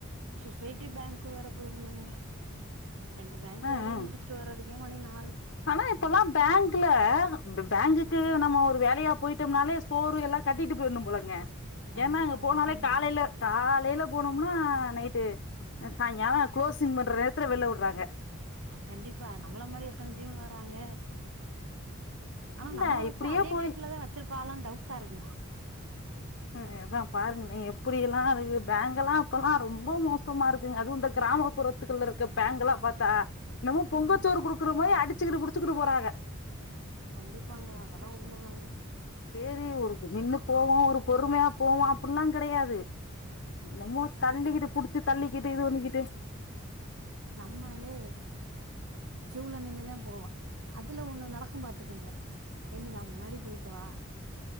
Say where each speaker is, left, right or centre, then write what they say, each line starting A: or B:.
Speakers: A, on the right (about 70°); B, on the left (about 55°).
A: சொசைட்டி பேங்க்கு வேற போயிருந்தோம்ங்க ரெண்டு பேங்க்
B: ம்
A: வேலையையு
B: ம்
A: முடிச்சிட்டு வரதுக்கே மணி நா
B: ஆனா இப்பெல்லா பேங்க்ல பே பேங்க்குக்கு
A: ம்
B: நம்ம ஒரு வேலையா போயிட்டோம்னாலே சோறு எல்லா கட்டிட்டு போயிரணு போலங்க
A: கண்டிப்பா
B: ஏனா அங்கே போனாலே
A: கட்டிருங்க
B: காலைல காலைல போனோம்னா நைட்டு அ சாய்ங்காலோ க்ளோஸிங் பண்ற நேரத்துல வெள்ல விட்றாங்க
A: கண்டிப்பா நம்மள மாரி எத்தன ஜீவன் வராங்க ஆனா
B: இல்ல
A: நம்ம வச்ச
B: இப்டியே
A: அதே
B: போய்
A: டேட்லதா வச்சிருப்பாங்லானு டவுட்டா இருக்குங்க
B: ம் அதா பாருங்களே எப்டி எல்லாருக்கு பேங்கெல்லா இப்பல்லா ரொம்ப மோசமா இருக்குங்க அதுவும் இந்த கிராமப்புற த்துக்குள்ள இருக்க பேங்கெல்லா பாத்தா என்னமோ பொங்கச்சோறு
A: ம்
B: குடுக்குற மாரி அடிச்சுக்குட்டு புடிச்சுக்ட்டு போறாக
A: கண்டிப்பாங்க அதெல்லா உண்ம தாங்க
B: சேரி ஒரு நின்னு போலா ஒரு பொறுமையா போலா அப்டில்லா கெடையாது என்னமோ தள்ளிக்குட்டு புடுச்சு தள்ளிக்குட்டு ஓடிக்கிட்டு
A: நம்மலே கீவ்ள நின்னுதா போவ அதுல ஒன்னு நடக்கும் பாத்துக்கங்க ஏங்க நா முன்னாடி போய்கவா